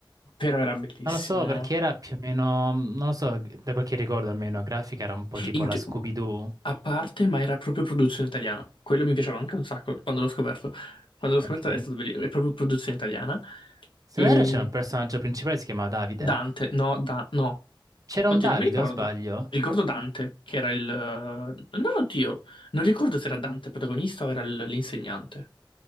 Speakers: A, on the left (about 70°); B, on the right (about 45°).
A: però era bellissimo.
B: Non lo so perché era più o meno, non lo so, da quel che ricordo almeno, la grafica era un po' tipo
A: In
B: la
A: te-
B: Scooby-Doo,
A: A parte, ma era proprio produzione italiana. Quello mi piaceva anche un sacco quando l'ho scoperto. Quando l'ho
B: ok?
A: scoperto è stato bellissimo. È proprio produzione italiana.
B: Se
A: E
B: non erro c'era un personaggio principale, che si chiamava Davide.
A: Dante, no, da... no.
B: C'era
A: Oddio,
B: un Davide
A: non mi ricordo.
B: o sbaglio?
A: Ricordo Dante, che era il... No, oddio. Non ricordo se era Dante il protagonista o era il- l'insegnante.